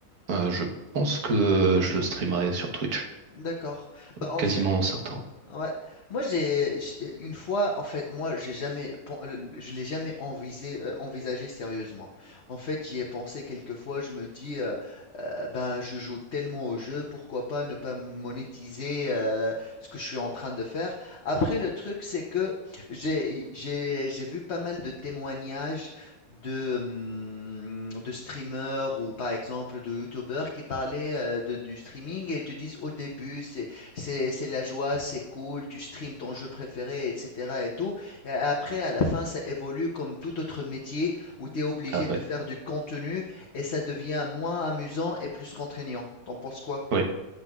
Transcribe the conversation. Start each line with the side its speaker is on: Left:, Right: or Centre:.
Right: Euh, je pense que euh, je le streamerai sur Twitch,
Left: D'accord. Bah, en
Right: quasiment
Left: fait,
Right: certain.
Left: Ouais. Moi, j'ai j'- euh, une fois, en fait, moi, j'ai jamais, pen- je l'ai jamais envisé, euh, envisagé sérieusement. En fait, j'y ai pensé quelques fois. Je me dis, euh, euh, ben, je joue tellement au jeu, pourquoi pas ne pas monétiser euh, ce que je suis en train de faire. Après, le truc, c'est que j'ai, j'ai, j'ai vu pas mal de témoignages de, hum, de streamers ou par exemple de youtubeurs qui parlaient euh, de- du streaming et ils te disent au début, c'est c'est c'est la joie, c'est cool, tu streams ton jeu préféré, etc. et tout. Et après, à la fin, ça évolue comme tout autre métier où tu es obligé
Right: Ah
Left: de
Right: ouais.
Left: faire du contenu et ça devient moins amusant et plus contraignant. T'en penses quoi?
Right: Oui.